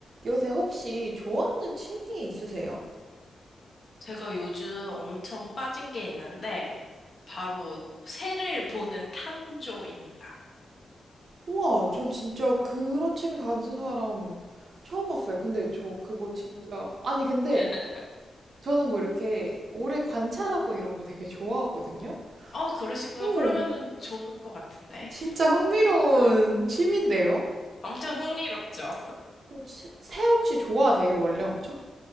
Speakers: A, on the right; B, on the left.
A: 요새 혹시 좋아하는 취미 있으세요?
B: 제가 요즘 엄청 빠진 게 있는데, 바로 새를 보는 탐조입니다.
A: 우와, 전 진짜 그런 취미 가진 사람 처음 봤어요. 근데 저 그거 진짜, 아니, 근데
B: <laughs>
A: 저는 뭐 이렇게 오래 관찰하고 이런 거 되게 좋아하거든요?
B: 어, 그러시구나.
A: 오,
B: 그러면은 좋을 것 같은데.
A: 진짜 흥미로운 취미인데요?
B: 엄청 흥미롭죠?
A: 그럼 치- 새 혹시 좋아하세요, 원래 엄청?